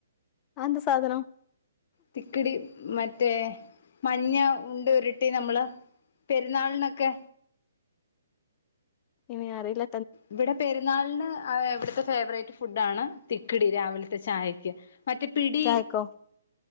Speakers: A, on the left (about 25°); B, on the left (about 50°).
A: അന്ത സാധനം
B: തിക്കിടി മറ്റേ മഞ്ഞ ഉണ്ട് ഉരുട്ടി നമ്മള് പെരുന്നാളിനൊക്കെ
A: ഇനി ആറില്ല
B: ഇവിടെ പെരുന്നാളിന് ഇവിടുത്തെ ഫേവറേറ്റ് ഫുഡ ആണ് കിടി രാവിലത്തെ ചായക്ക് മറ്റേ പിടി
A: ചായക്കോ